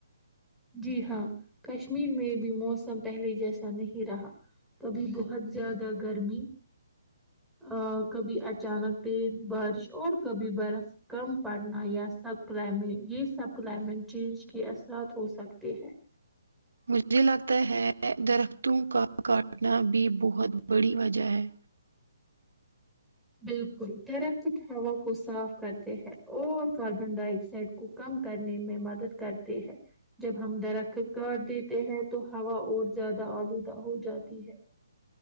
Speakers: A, in the centre; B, on the right.
A: جی ہاں کشمیر میں بھی موسم پہلے جیسا نہیں رہا کبھی بہت زیادہ گرمی ہاں کبھی اچانک تیز بارش اور کبھی برف کم پڑنا یا سب کلائمیٹ یہ سب کلائمیٹ چینج کے اثرات ہوک سکتے ہیں
B: مجھے لگتا ہے درختوں کا کاٹنا بھی بہت بڑی وجہ ہے
A: بالکل درخت ہوا کو صاف کرتے ہیں اور کاربن ڈائی آکسائڈ کو کم کرنے میں مدد کرتے ہیں جب ہم درخت کاٹ دیتے ہیں تو ہوا اور زیادہ آلودہ ہو جاتی ہے